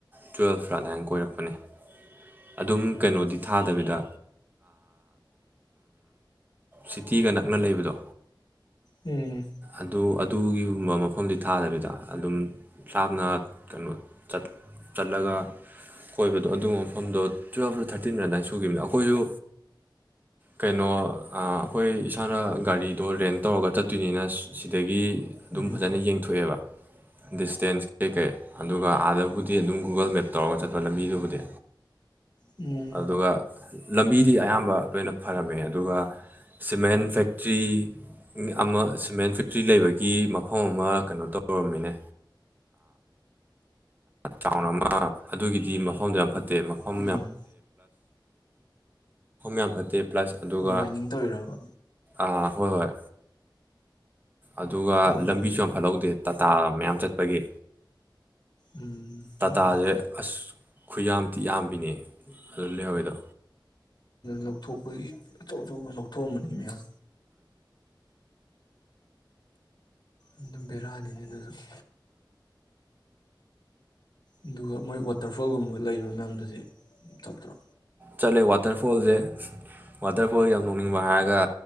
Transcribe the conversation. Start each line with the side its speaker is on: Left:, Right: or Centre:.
Right: ꯇꯨꯌꯦꯜꯐ ꯐꯥꯗꯥꯏ ꯀꯣꯏꯔꯛꯄꯅꯤ ꯑꯗꯨꯝ ꯀꯩꯅꯣꯗꯤ ꯊꯥꯗꯕꯤꯗ ꯁꯤꯇꯤꯒ ꯅꯛꯅ ꯂꯩꯕꯗꯣ
Left: ꯎꯝ
Right: ꯑꯗꯨ ꯑꯗꯨꯒꯤꯒꯨꯝꯕ ꯃꯐꯝꯗꯤ ꯊꯥꯗꯕꯤꯗ ꯑꯗꯨꯝ ꯆꯅ ꯀꯩꯅꯣ ꯆꯠꯂꯒ ꯀꯣꯏꯕꯗꯣ ꯑꯗꯨ ꯁꯣꯐꯝꯗꯣ ꯇꯨꯌꯦꯜꯞ ꯇꯨ ꯊꯥꯔꯇꯤꯟ ꯑꯗꯨꯃꯏ ꯁꯨꯈꯤꯕꯅꯣ ꯑꯩꯈꯣꯏꯁꯨ ꯀꯩꯅꯣ ꯑꯩꯈꯣꯏ ꯏꯁꯥꯅ ꯒꯥꯔꯤꯗꯣ ꯔꯦꯟ ꯇꯧꯔꯒ ꯆꯠꯇꯣꯏꯅꯤꯅ ꯁꯤꯗꯒꯤ ꯑꯗꯨꯝ
Left: ꯎꯝ
Right: ꯐꯖꯅ ꯌꯦꯡꯊꯣꯛꯑꯦꯕ ꯗꯤꯁꯇꯦꯟꯁ ꯀꯩꯀꯩ ꯑꯗꯨꯒ ꯑꯥꯗꯕꯨꯗꯤ ꯑꯗꯨꯝ ꯒꯨꯒꯜ ꯃꯦꯞ ꯇꯧꯔꯒ ꯆꯠꯄ ꯂꯝꯕꯤꯗꯨꯕꯨꯗꯤ
Left: ꯎꯝ
Right: ꯑꯗꯨꯒ ꯂꯝꯕꯤꯗꯤ ꯑꯌꯥꯝꯕ ꯂꯣꯏꯅ ꯐꯔꯝꯃꯦ ꯑꯗꯨꯒ ꯁꯤꯃꯦꯟ ꯐꯦꯛꯇ꯭ꯔꯤ ꯑꯃ ꯁꯤꯃꯦꯟ ꯐꯦꯛꯇ꯭ꯔꯤ ꯂꯩꯕꯒꯤ ꯃꯐꯝ ꯑꯃ ꯀꯩꯅꯣ ꯇꯧꯔꯝꯃꯤꯅꯦ ꯆꯥꯎꯟ ꯑꯃ ꯑꯗꯨꯒꯤꯗꯤ ꯃꯐꯝꯗꯣ ꯌꯥꯝ ꯐꯠꯇ ꯐꯠꯇꯦ ꯃꯐꯝ
Left: ꯎꯝ
Right: ꯌꯥꯝ ꯐꯠꯇꯦ ꯄ꯭ꯂꯁ <inaudible> ꯄ꯭ꯂꯥꯁ ꯑꯗꯨꯒꯥ
Left: ꯑꯣ ꯃꯥꯏꯅꯤꯡ ꯇꯧꯔꯤꯔꯕ
Right: ꯑꯥ ꯍꯣꯏ ꯍꯣꯏ꯫ ꯑꯗꯨꯒꯥ
Left: ꯑꯣ
Right: ꯂꯝꯕꯤꯁꯨ ꯌꯥꯝ ꯐꯠꯂꯋꯦ꯫ ꯇꯥꯇꯥ ꯃꯌꯥꯝ ꯆ꯭ꯇꯄꯥꯒꯤ꯫
Left: ꯎꯝ ꯆꯨꯝꯃꯤꯅꯦ
Right: ꯇꯇꯥꯗꯤꯦ ꯑꯁ ꯈꯨꯌꯥꯝꯇꯤ ꯌꯥꯝꯕꯤꯅꯦ ꯑꯗꯨ ꯂꯩꯍꯧꯋꯦꯗꯣ
Left: ꯂꯧꯊꯣꯛꯄꯒꯤ ꯑꯆꯧ ꯑꯆꯧꯕ ꯂꯧꯊꯣꯛꯑꯝꯕꯅꯤ ꯃꯌꯥꯝ ꯑꯗꯨꯝ ꯕꯕꯤꯔꯛꯑꯅꯤꯅꯦ ꯑꯗꯨꯁꯨ ꯑꯗꯨꯒ ꯃꯣꯏ ꯋꯥꯇꯔꯐꯣꯜꯒꯨꯝꯕ ꯂꯩꯕ ꯃꯌꯥꯝꯗꯨꯗꯤ ꯆꯠꯇ꯭ꯔꯣ
Right: ꯆꯠꯂꯦ ꯋꯥꯇꯔꯐꯣꯜꯁꯦ ꯋꯥꯇꯔꯐꯣꯜ ꯌꯥꯝ ꯅꯣꯛꯅꯤꯡꯕ ꯍꯥꯏꯔꯒ